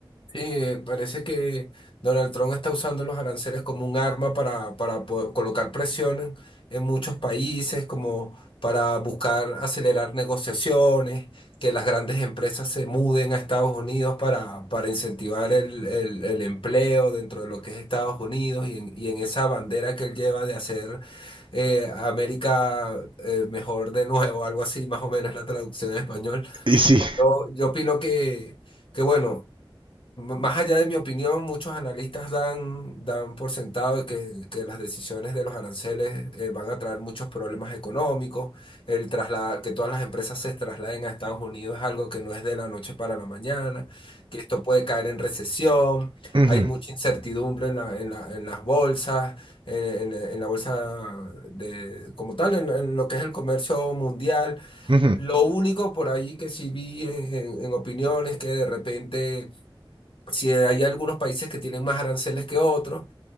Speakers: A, on the left; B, on the right.
A: Sí, eh, parece que Donald Trump está usando los aranceles como un arma para, para po- colocar presión en, en muchos países, como para buscar acelerar negociaciones, que las grandes empresas se muden a Estados Unidos para, para incentivar el, el- el empleo dentro de lo que es Estados Unidos y en, y en esa bandera que él lleva de hacer eh, América eh, mejor de nuevo, algo así, más o menos es la traducción en español.
B: Y sí.
A: Yo, yo opino que, que bueno. M- Más allá de mi opinión, muchos analistas dan, dan por sentado de que, que las decisiones de los aranceles eh, van a traer muchos problemas económicos. El trasladar, que todas las empresas se trasladen a Estados Unidos es algo que no es de la noche para la mañana, que esto puede caer en recesión.
B: Ujú,
A: Hay mucha incertidumbre en la- en la- en las bolsas, en, en- en la bolsa de, como tal, en, en lo que es el comercio mundial.
B: ujú,
A: Lo único por ahí que sí vi en en- en opiniones que de repente si hay algunos países que tienen más aranceles que otros,